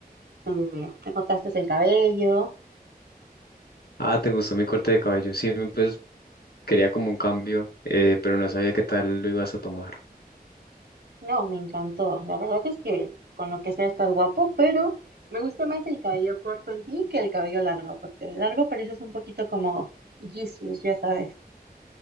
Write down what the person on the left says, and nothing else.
Ah, ¿te gustó mi corte de cabello? Sí, pues quería como un cambio, eh, pero no sabía qué tal lo ibas a tomar.